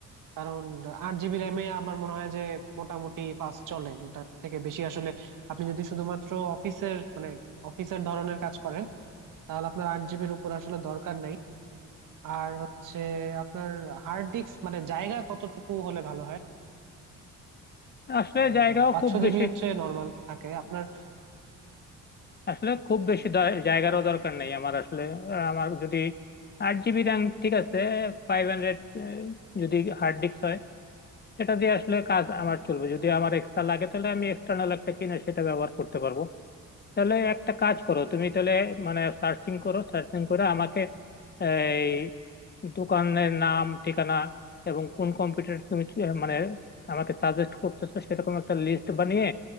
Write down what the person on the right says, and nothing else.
কারণ আট জিবি র্যামে আমার মনে হয় যে মোটামুটি ফাস্ট চলে ওটার থেকে বেশি আসলে আপনি যদি শুধুমাত্র অফিসের মানে অফিসের ধরনের কাজ করেন তাহলে আপনার আট জিবির উপর আসলে দরকার নেই আর হচ্ছে আপনার হার্ড ডিস্ক মানে জায়গা কতটুকু হলে ভালো হয়
আহ
পাঁচশো
জিবি হচ্ছে নর্মাল থাকে আপনার